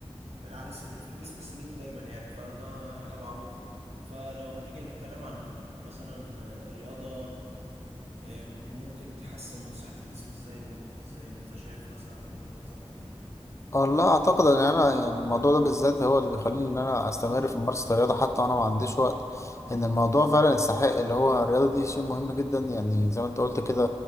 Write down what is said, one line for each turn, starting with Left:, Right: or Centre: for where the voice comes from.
Right: العقل السليم في الجسم السليم دايما يعني فده حاجة معروفة فلو هنيجي نتكلم عن مثلا الرياضة إيه، ممكن تحسن من صحة الجسم ازاي والمخ ازاي انت شايف مثلا وجهة نظرك ايه؟
Left: والله اعتقد ان انا يعني الموضوع ده بالذات هو اللي بيخليني ان انا استمر في ممارسه الرياضه حتى وانا ما عنديش وقت
Right: مم.
Left: ان الموضوع فعلا يستحق اللي هو الرياضه دي شيء مهم جدا يعني زي ما انت قلت كده